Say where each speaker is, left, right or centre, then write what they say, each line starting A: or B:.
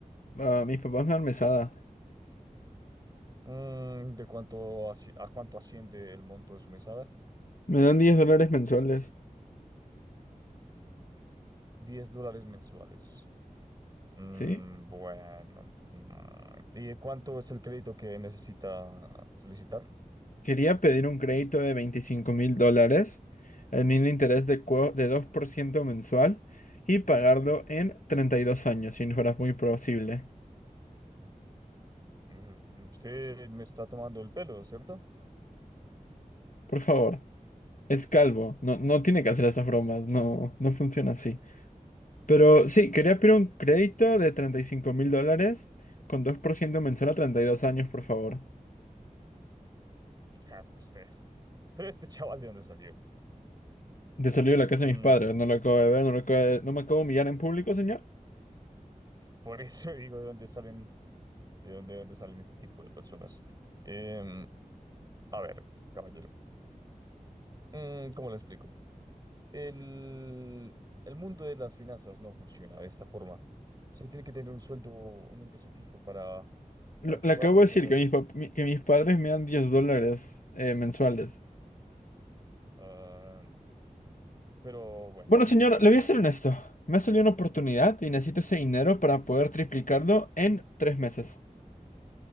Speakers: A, on the left (about 65°); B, on the right (about 30°).
A: Ah, mis papás me dan mesada.
B: Mm, ¿de cuánto asci- a cuánto asciende el monto de su mesada?
A: Me dan diez dólares mensuales.
B: 10 dólares mensuales. Mm,
A: ¿Sí?
B: bueno. mm, ¿y de cuánto es el crédito que necesita solicitar?
A: Quería pedir un crédito de veinticinco mil dólares en un interés de, cua- de 2% mensual y pagarlo en 32 años, si no fuera muy posible.
B: Mm, usted me está tomando el pelo, ¿cierto?
A: Por favor, es calvo. No, no tiene que hacer esas bromas. No, no funciona así. Pero sí, quería pedir un crédito de treinta y cinco mil dólares con 2% mensual a 32 años, por favor.
B: Ah, pero usted. Pero este chaval, ¿de dónde salió?
A: De salir de la casa
B: Mm,
A: de mis padres, no lo acabo de ver, no lo acabo de... ¿No me acabo de humillar en público, señor?
B: por eso digo de dónde salen de dónde, de dónde salen este tipo de personas. Em, a ver, caballero, mm, ¿cómo le explico? El, el mundo de las finanzas no funciona de esta forma. Usted tiene que tener un sueldo, un ingreso fijo para,
A: Lo-
B: para que
A: Le
B: podamos
A: acabo de decir
B: ser,
A: que mis, pap- mi- que mis padres me dan diez dólares eh, mensuales.
B: ah, pero bueno,
A: Bueno, señor,
B: eh,
A: le
B: como
A: voy a ser
B: co-
A: honesto. Me ha salido una oportunidad y necesito ese dinero para poder triplicarlo en tres meses.